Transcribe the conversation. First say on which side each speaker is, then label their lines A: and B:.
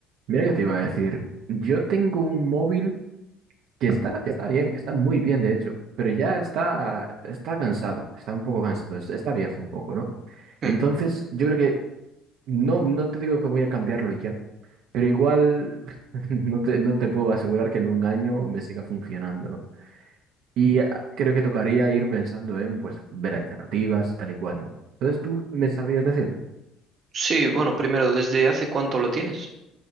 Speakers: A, on the right (about 60°); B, on the right (about 35°).
A: Mira que te iba a decir, yo tengo un móvil que está, está bien, está muy bien de hecho, pero ya está, está cansado, está un poco cansado, es- está viejo un poco, ¿no?
B: Mm.
A: Entonces, yo creo que no, no te digo que voy a cambiarlo ya, pero igual <laughs> no te, no te puedo asegurar que en un año me siga funcionando, ¿no? Y ah, creo que tocaría ir pensando en, pues, ver alternativas y tal y cual, ¿no? Entonces, ¿tú me sabrías decir?
B: Sí, bueno, primero, ¿desde hace cuánto lo tienes?